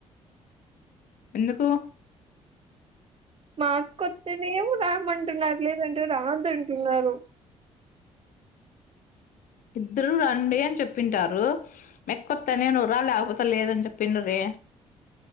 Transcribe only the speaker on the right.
మా అక్క వత్తేనే రామంటున్నారు, లేదంటే రావద్దు అంటున్నారు.